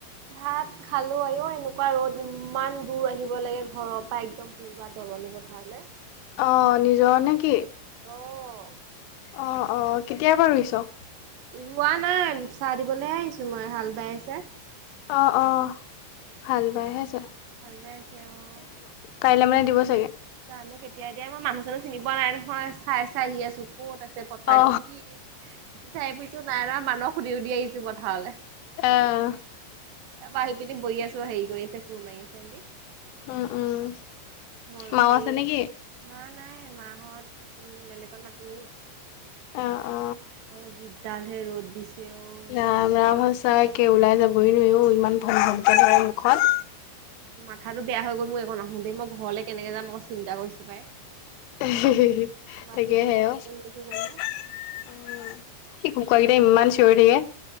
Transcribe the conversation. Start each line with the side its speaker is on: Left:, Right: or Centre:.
Right: ভাত খালো আইয়ো, এনেকুৱা ৰ'দ ইমান দূৰ আহিব লাগে ঘৰৰ পৰা একদম পুৰা তলত। কথা হলে।
Left: অ, নিজৰ নেকি?
Right: অ',
Left: অ, অ, কেতিয়াবা ৰুইছো?
Right: ৰোৱা নাই, চাহ দিবলৈহে আহিছো মই, হাল বাইছে।
Left: অ, অ', হাল বাই আছে।
Right: হাল বাই আছ, অ।
Left: কাইলৈ মানে দিব চাগে।
Right: জানো কেতিয়া দিয়ে, মই মানুহ-চানুহ চিনি পোৱা নাই নহয়, চাই-চাই আহি আছো কত আ পথাৰ
Left: অ
Right: কি <unintelligible> বুজিছো নাই ৰ' মানস সুধি-সুধি আহিছো পথাৰলৈ,
Left: আহ
Right: তাৰপা আহি পিনে বহি আ চ সেই গৈ আছে, <unintelligible> মাৰি আছে
Left: উম, উম।
Right: ম
Left: মাও
Right: হেৰি,
Left: আছে নেকি
Right: মা নাই মাহঁত উ বেলেগত মাটি লৈ আছে।
Left: অ অ
Right: অ, যিডালহে ৰ'দ দিছে অ
Left: ৰাম-
Right: মা
Left: ৰাম সঁচা একে ওলাই যাবই নোৱাৰি অ' ইমান ঘম ঘমকে ধৰে মুখত।
Right: মাথাটো বেয়া হৈ গ'ল মই একন আহো তেই মই ঘৰলে কেনেকে যাম আকৌ চিন্তা কৰিছো পাই।
Left: <unintelligible>
Right: মাটিনো
Left: তাকেহে
Right: কেনেকে
Left: অ'। সেই
Right: ৰুই আছে জানো
Left: কুকুৰাকেইটা ইমান চিঞৰি থাকে